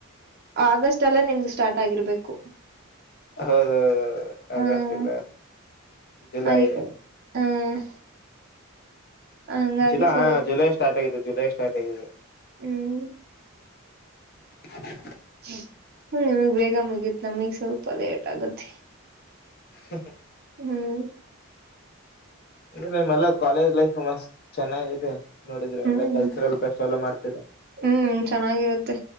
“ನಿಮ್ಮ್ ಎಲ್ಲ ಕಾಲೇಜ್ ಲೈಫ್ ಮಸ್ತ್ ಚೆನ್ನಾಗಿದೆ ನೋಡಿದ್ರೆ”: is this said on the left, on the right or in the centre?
Left